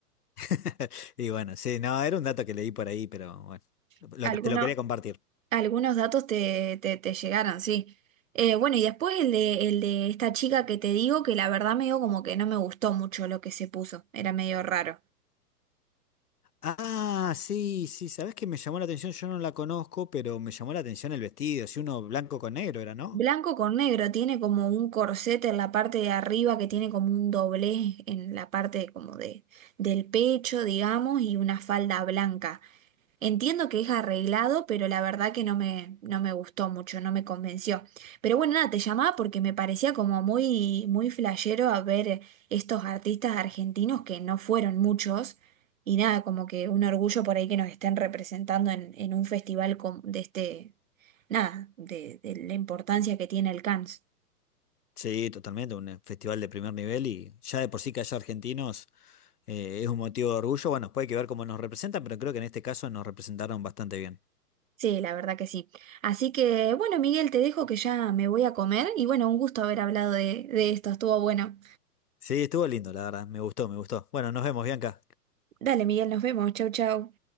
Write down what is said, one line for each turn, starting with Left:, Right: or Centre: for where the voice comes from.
Left: <laughs> Y bueno, sí, no, era un dato que leí por ahí, pero bueno,
Right: <laughs>
Left: lo
Right: Alguno-
Left: que- te lo quería compartir.
Right: algunos datos te, te, te llegaron, sí. Eh, bueno, y después el de, el de esta chica que te digo que la verdad medio como que no me gustó mucho lo que se puso, era medio raro.
Left: Ah, sí, sí, ¿sabés qué me llamó la atención? Yo no la conozco, pero me llamó la atención el vestido, si uno blanco con negro era, ¿no?
Right: Blanco con negro, tiene como un corsete en la parte de arriba que tiene como un doblez en la parte como de, del pecho, digamos, y una falda blanca. Entiendo que es arreglado, pero la verdad que no me, no me gustó mucho, no me convenció. Pero bueno, nada, te llamaba porque me parecía como muy, muy flashero a ver estos artistas argentinos que no fueron muchos. Y nada, como que un orgullo por ahí que nos estén representando en, en un festival com- de este, nada, de, de la importancia que tiene el Cannes.
Left: Sí, totalmente, un eh, festival de primer nivel y ya de por sí que haya argentinos eh, es un motivo de orgullo. Bueno, puede que ver cómo nos representan, pero creo que en este caso nos representaron bastante bien.
Right: Sí, la verdad que sí. Así que bueno, Miguel, te dejo que ya me voy a comer y bueno, un gusto haber hablado de, de esto, estuvo bueno.
Left: Sí, estuvo lindo, la verdad, me gustó, me gustó. Bueno, nos vemos, Bianca.
Right: Dale, Miguel, nos vemos. Chau, chau.